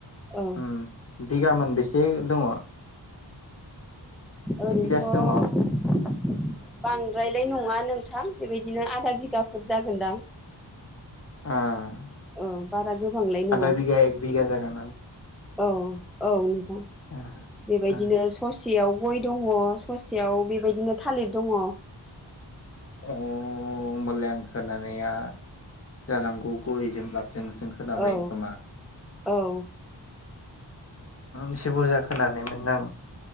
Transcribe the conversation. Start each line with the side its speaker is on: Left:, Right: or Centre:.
Centre: ओ
Left: उम बिगा मोनबेसे दङ?
Centre: ओैरैन्थ'
Left: बेसेगासो दङ
Centre: बांद्रायलाय नङा नोंथां बेबायदिनो आधा बिगाफोर जागोनदां।
Left: आ।
Centre: औ बारा गोबांलाय नङा
Left: आदा बिघा एग बिघा जायगोन?
Centre: औ औ नोंथां
Left: अ
Centre: बेबायदिनो
Left: अ
Centre: ससेयाव बै दङ ससेयाव बेबायदिनो थालिर दङ।
Left: अ होमलाय खोनानाया जानांगौ गयजोंब्ला जों जों खोनाबाय
Centre: औ
Left: खोमा
Centre: औ
Left: एसे बुरजा खोनानाय मोन आं